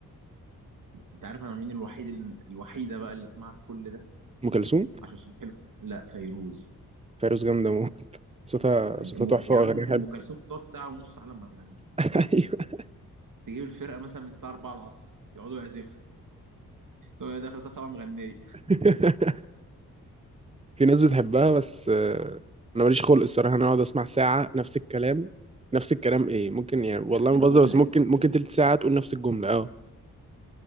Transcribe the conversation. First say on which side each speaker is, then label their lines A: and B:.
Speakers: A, on the right; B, on the right.
A: انت عارف انا مين الوحيد ال- الوحيده بقى اللي اسمعها في كل ده
B: أم كلثوم
A: عشان صوتها حلو لا فيروز
B: فيروز جامدة موت صوتها
A: أم-
B: صوتها تحفة
A: يا
B: والله
A: عم
B: وأغانيها حلوة
A: ام كلثوم بتقعد ساعه ونص على ما تغني
B: <laughs> أيوة
A: تجيب الفرقه مثلا من الساعه 4 العصر يقعدوا يعزفوا هو داخل الساعه 7 مغنيه
B: <laughs> في ناس بتحبها بس آه، أنا ماليش خلق الصراحة أنا أقعد أسمع ساعة نفس الكلام نفس الكلام إيه ممكن يعني والله
A: نفس
B: ما
A: الجمله
B: بهزر بس ممكن ممكن تلت ساعة تقول نفس الجملة أه